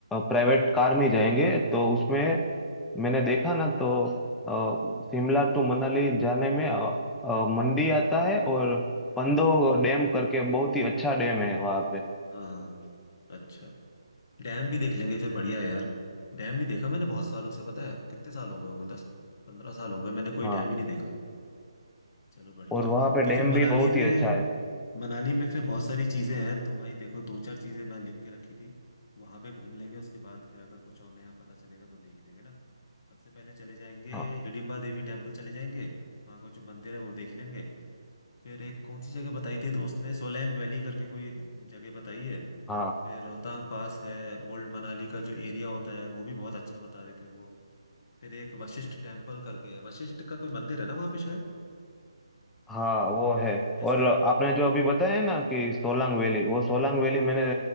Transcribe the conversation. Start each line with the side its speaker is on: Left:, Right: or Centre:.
Centre: प्राइवेट कार में जाएंगे तो उसमें मैंने देखा ना तो अ, शिमला टू मनाली जाने में अ, अ, मंडी आता है और
Left: हम्म।
Centre: पंदो डैम करके बहुत ही अच्छा डैम है वहाँ पे
Left: हाँ हाँ अच्छा डैम भी देख लेंगे फिर बढ़िया है यार डैम नहीं देखा मैंने बहुत सालों से पता है कितने साल हो गए होंगे दस पंद्रह साल हो गए मैंने कोई
Centre: हाँ
Left: डैम ही नहीं देखा चलो बढ़िया
Centre: और वहाँ
Left: है
Centre: पे
Left: तो
Centre: डैम
Left: फिर मनाली
Centre: भी बहुत
Left: में
Centre: ही अच्छा है
Left: मनाली में फिर बहुत सारी चीजें हैं तो भाई देखो दो चार चीजें मैं लिख के रखी थी वहां पे घूम लेंगे उसके बाद फिर अगर कुछ और नया पता चलेगा तो देख लेंगे ना सबसे पहले चले जाएंगे
Centre: हाँ
Left: हिडिंबा देवी टेम्पल चले जाएंगे वहाँ का जो मंदिर है वो देख लेंगे फिर एक कौन सी जगह बताई थी दोस्त ने सोलैंग वैली करके कोई एक जगह बताई है
Centre: हाँ
Left: फिर रोहतांग पास है ओल्ड मनाली का जो एरिया होता है वो भी बहुत अच्छा बता रहे थे वो फिर एक वशिष्ठ टेम्पल करके है वशिष्ठ का कोई मंदिर है ना वहाँ पे शायद
Centre: हाँ वो है
Left: ऐसा
Centre: और
Left: ही
Centre: आपने जो
Left: हाँ
Centre: अभी बताया ना कि सोलांग वैली वो सोलांग वैली
Left: हाँ
Centre: मैंने